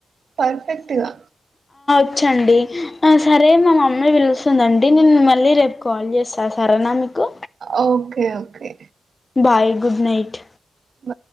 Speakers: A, on the right; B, on the left.
A: పర్ఫెక్ట్ గా
B: వచ్చు అండి సరే మా మమ్మీ పిలుస్తూ వస్తుందండి నేను మళ్ళీ రేపు కాల్ చేస్తా సరేనా మీకూ
A: okay okay
B: bye good night
A: బ